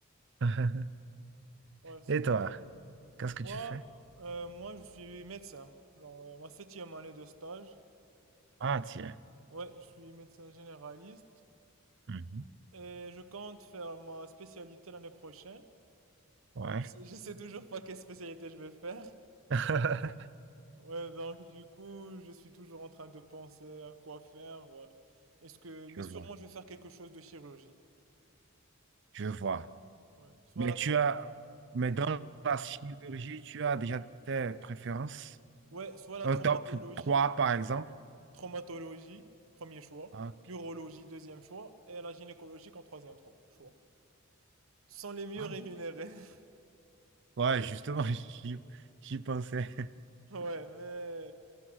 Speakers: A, on the right (about 55°); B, on the right (about 75°).
A: <laughs>
B: Ouais, c'est
A: Et
B: cool.
A: toi, qu'est-ce que
B: Moi,
A: tu fais?
B: euh, moi je suis médecin, genre euh, ma septième année de stage.
A: Ah, tiens.
B: Ouais, je suis médecin généraliste
A: Mhm.
B: et je compte faire ma spécialité l'année prochaine.
A: Ouais.
B: Je sais, je sais toujours pas quelle spécialité je vais faire.
A: <laughs>
B: Ouais, donc du coup, je suis toujours en train de penser à quoi faire. ouais. Est-ce que,
A: Je
B: mais sûrement,
A: vois.
B: je vais faire quelque chose de chirurgie.
A: Je vois.
B: Ouais, soit
A: Mais
B: la
A: tu
B: trauma,
A: as, mais dans la chirurgie, tu as déjà tes préférences?
B: ouais, soit la
A: Un
B: traumatologie,
A: top 3, par exemple?
B: traumatologie, premier choix,
A: Ah, ok.
B: l'urologie, deuxième choix, et la gynécologie en troisième tro- choix. Ce sont les mieux
A: Ah.
B: rémunérés. <laughs>
A: Ouais, justement, <laughs> j'y j'y pensais.
B: Ouais, mais,